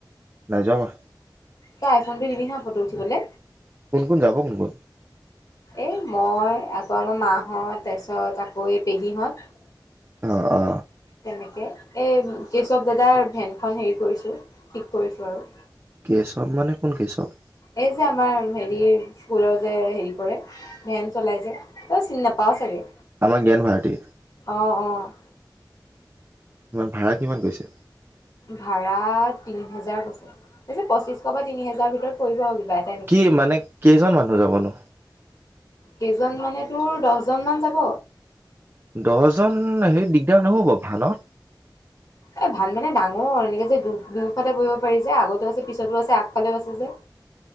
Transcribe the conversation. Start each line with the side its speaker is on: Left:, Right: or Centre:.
Right: নাই যোৱা মই।
Left: তই আইফোনটো দিবি হা' ফটো উঠিবলে।
Right: কোন, কোন যাব কোন, কোন?
Left: এ, মই আকৌ আমাৰ মাহত তাৰপিছত আকৌ এই পেহীহত।
Right: অ'। অ
Left: তেনেকে, এই কেশৱ দাদাৰ ভেনখন হেৰি কৰিছোঁ ঠিক কৰিছোঁ আৰু।
Right: কেশৱ মানে কোন কেশৱ?
Left: এই যে আমাৰ হেৰি স্কুলৰ যে হেৰি কৰে ভেন চলাইছে তই চিনি নাপাও চাগে!
Right: আমাৰ জ্ঞান ভাৰতী?
Left: অ', অ'।
Right: কিমান ভাড়া কিমান কৈছে?
Left: ভাড়া তিনি হেজাৰ কৈছে। তাৰপিছত পঁচিশ বা তিনি হেজাৰৰ ভিতৰত পৰিব আৰু কিবা এ
Right: কি মানে, কেইজন মানুহ যাবনো?
Left: কেইজন মানে তোৰ, দহজনমান যাব।
Right: দহজন হেৰি দিগদাৰ নহ'ব ভানত?
Left: এ, ভান মানে ডাঙৰ এনেকে যে দু-দুইফালে বহিব পাৰি যে, আগতো আছে পিছতো আছে আগফালেও আছে যে।